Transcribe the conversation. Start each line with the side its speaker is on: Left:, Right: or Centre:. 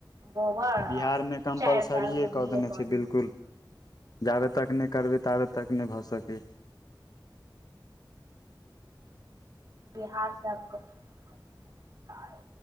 Right: बोबर
Left: बिहारमे कम्पलसरिए
Right: चारि साल क
Left: कऽ
Right: बी ए क देने
Left: बिलकुल
Right: हो छै
Left: जाबे तक नहि करबै ताबे तक नहि भऽ सकै
Right: बिहार से आब क कर शिकार